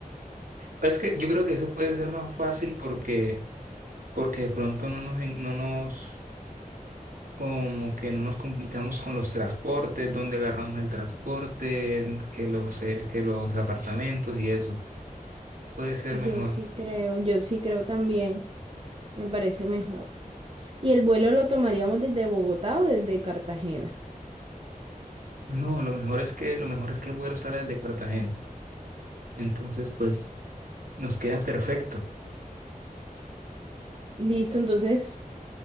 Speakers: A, on the right; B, on the right.
A: Es que yo creo que eso puede ser más fácil porque, porque de pronto no nos, en- no nos como que no nos complicamos con los transportes, dónde agarramos el transporte, que los, aer- que los apartamentos y eso. Puede ser
B: Yo
A: mejor.
B: sí creo, yo sí creo también, me parece mejor. ¿Y el vuelo lo tomaríamos desde Bogotá o desde Cartagena?
A: No, lo mejor es que, lo mejor es que el vuelo sale desde Cartagena. Entonces, pues, nos queda perfecto.
B: Listo, entonces,